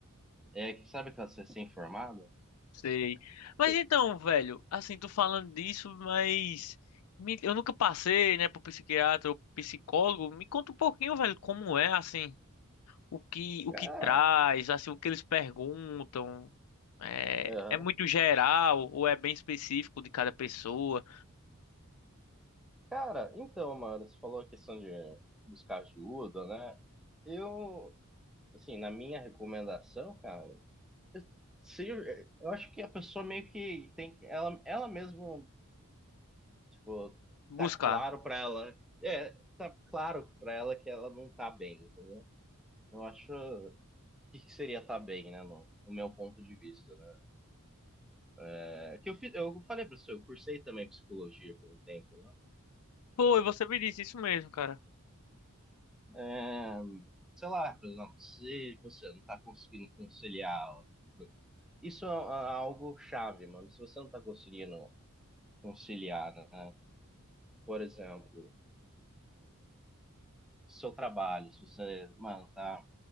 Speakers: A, in the centre; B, on the left.
A: É que sabe aquela recém-formada?
B: Sei. Mas
A: <laughs>
B: então, velho, assim, tô falando disso, mas me- eu nunca passei, né, por psiquiatra ou psicólogo. Me conta um pouquinho, velho, como é, assim, o que o
A: Cara,
B: que traz, assim, o que eles perguntam. É,
A: aham.
B: é muito geral ou é bem específico de cada pessoa?
A: Cara, então, mano, você falou a questão de buscar ajuda, né? Eu, assim, na minha recomendação, cara, eu- se, eu acho que a pessoa meio que tem, ela, ela mesmo, tipo,
B: Buscar.
A: tá claro pra ela, é, tá claro pra ela que ela não tá bem, entendeu? Eu acho. o que que seria estar bem, né, no, no meu ponto de vista, né? É, que eu, fi- eu falei para você, eu cursei também psicologia por um tempo, né?
B: Pô, e você me disse isso mesmo, cara.
A: É, sei lá, por exemplo, se você não está conseguindo conciliar, isso é a- algo chave, mano. Se você não está conseguindo conciliar, né? Por exemplo, seu trabalho, se você, mano, tá